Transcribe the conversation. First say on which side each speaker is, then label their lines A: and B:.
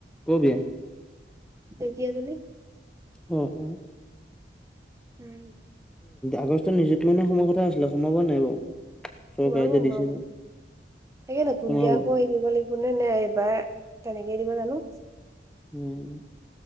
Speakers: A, in the centre; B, on the right (about 15°).
A: ক'বিয়া?
B: ঢেকীয়াজুলি
A: উম উম
B: উম
A: আগষ্টত নিজুত মইনা সোমোৱা কথা আছিলে সোমাব নাই বাৰু? চৰকাৰে
B: সোমাব
A: যে
B: সোমাব
A: দিছে যে
B: তাকে নতুনকে
A: সোমাব?
B: আকৌ হেৰি কৰিব লাগিব নে নাই এইবাৰ তেনেকে দিব‌ নানো।
A: উম।